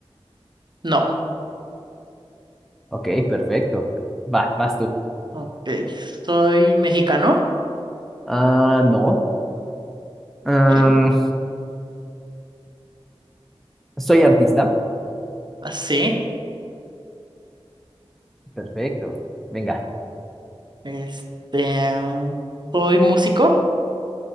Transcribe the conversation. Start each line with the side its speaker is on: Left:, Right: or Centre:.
Right: No,
Centre: Ok, perfecto. Va, vas tú.
Right: ok. Soy mexicano.
Centre: Ah, no. Em,
Right: Ok.
Centre: ¿soy artista?
Right: Así.
Centre: Perfecto. Venga.
Right: Este. Soy músico.